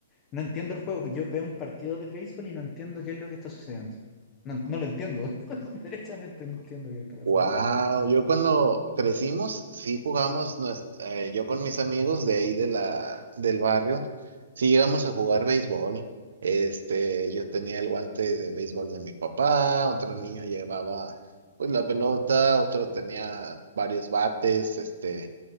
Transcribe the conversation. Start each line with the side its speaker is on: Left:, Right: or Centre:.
Left: no entiendo el juego. Yo veo un partido de béisbol y no entiendo qué es lo que está sucediendo. No, no lo entiendo. <laughs> Derechamente no entiendo qué está pasando.
Right: Wow, yo cuando crecimos, sí jugamos, nues- eh, yo con mis amigos de ahí de la, del barrio, sí llegamos a jugar béisbol. Este, yo tenía el guante de béisbol de mi papá, otro niño llevaba pues la pelota, otro tenía varios bates, este,